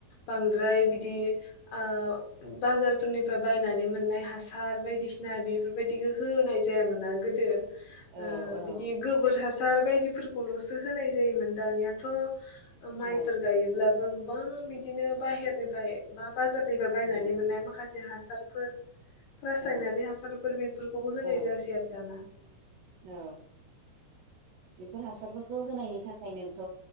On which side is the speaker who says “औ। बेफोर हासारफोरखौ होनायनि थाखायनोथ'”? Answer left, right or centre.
Right